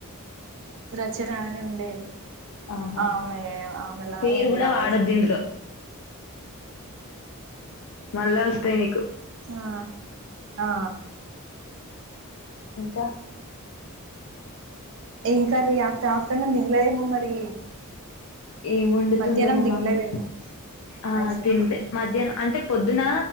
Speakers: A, on the right; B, on the left.
A: రచన అని ఉండేది
B: ఆహా
A: ఆమె ఆమెలాగా
B: పేరు
A: ఉంది
B: కూడా
A: వాయిసు
B: వాడొద్దు ఇందులో మళ్ళా వస్తాయి నీకు
A: ఆ ఆ ఆ
B: ఇంకా
A: ఇంకా రీ ఆఫ్టర్ ఆఫ్టర్నూన్ తినలేదేమో మరి
B: ఏం వండుతుందో
A: మధ్యాహ్నం
B: మా
A: తినలేదేమో
B: మమ్మీ ఆ
A: అయ్యో
B: తిన్లె మధ్యాహ్నం అంటే పొద్దున